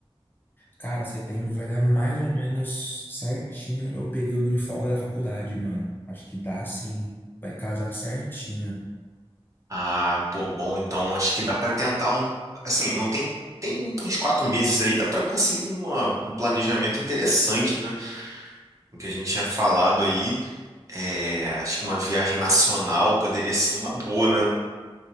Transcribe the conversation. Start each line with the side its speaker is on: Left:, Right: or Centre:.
Left: Cara, setembro vai dar mais ou menos certinho no meu período de folga da faculdade, mano. Acho que dá sim. Vai casar certinho.
Right: Ah, pô, bom, então acho que dá pra tentar um, assim, não tem tem uns quatro meses aí, dá pra conseguir uma, um planejamento interessante, né? O que a gente tinha falado aí, é, acho que uma viagem nacional poderia ser uma boa, né?